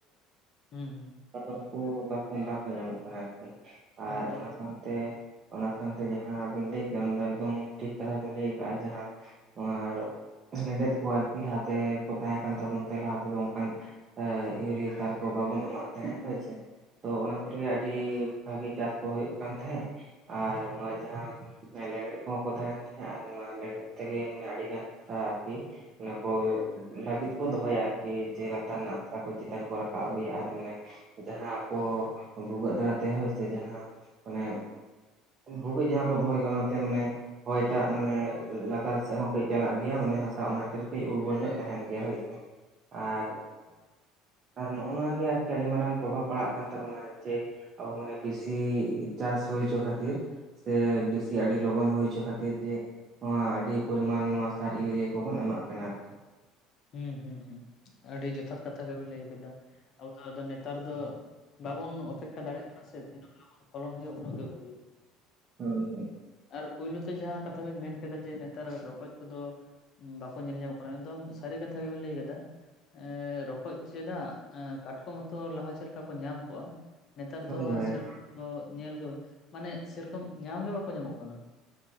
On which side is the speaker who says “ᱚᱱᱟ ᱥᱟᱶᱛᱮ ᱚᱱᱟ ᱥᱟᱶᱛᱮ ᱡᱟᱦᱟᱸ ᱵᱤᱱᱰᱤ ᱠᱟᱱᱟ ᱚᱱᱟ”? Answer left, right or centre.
Right